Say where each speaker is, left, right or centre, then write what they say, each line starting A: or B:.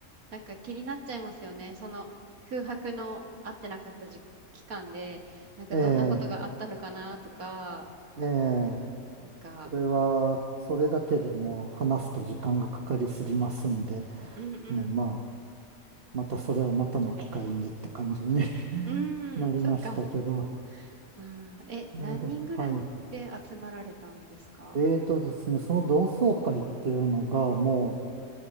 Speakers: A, on the right; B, on the right.
A: なんか気になっちゃいますよね。その空白の会ってなかった時期間で、なんかどんなことがあったのかなとか、
B: ええ、ええ、
A: なんか、
B: それは、それだけでもう話すと時間がかかりすぎますんで、
A: うんうん。
B: ね、まあ、またそれはまたの機会にって感じに <laughs>
A: うーん、
B: なりましたけど。
A: そっか。あー、え、
B: なで、
A: 何人ぐらいで集まられたんですか
B: はい。えーとですね、その同窓会っていうのがも